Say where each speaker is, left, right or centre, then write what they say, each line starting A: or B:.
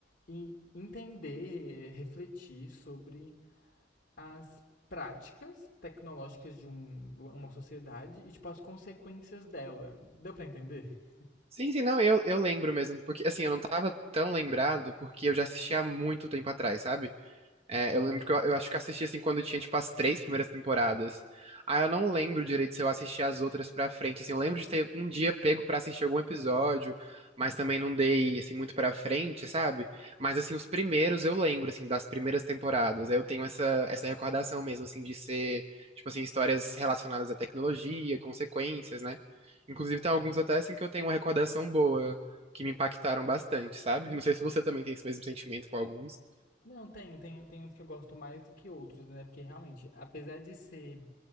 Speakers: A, on the left; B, on the right.
A: e- entender, refletir sobre as práticas tecnológicas de um- uma sociedade e tipo as consequências dela. Deu pra entender?
B: Sim, sim, não, eu, eu lembro mesmo, porque assim, eu não tava tão lembrado, porque eu já assisti há muito tempo atrás, sabe? É, eu lembro que eu, eu acho que eu assisti assim quando tinha, tipo, as três primeiras temporadas. Ah, eu não lembro direito se eu assisti as outras pra frente. Assim, eu lembro de ter um dia pego pra assistir algum episódio, mas também não dei, assim, muito pra frente, sabe? Mas, assim, os primeiros eu lembro, assim, das primeiras temporadas. Eu tenho essa, essa recordação mesmo, assim, de ser, tipo, assim, histórias relacionadas à tecnologia, consequências, né? Inclusive,
A: Aham.
B: tem alguns até, assim, que eu tenho uma recordação boa, que me impactaram bastante, sabe? Não sei se você também tem esse mesmo sentimento com alguns.
A: Não, tem, tem, tem uns que eu gosto mais do que outros, né? Porque realmente, apesar de ser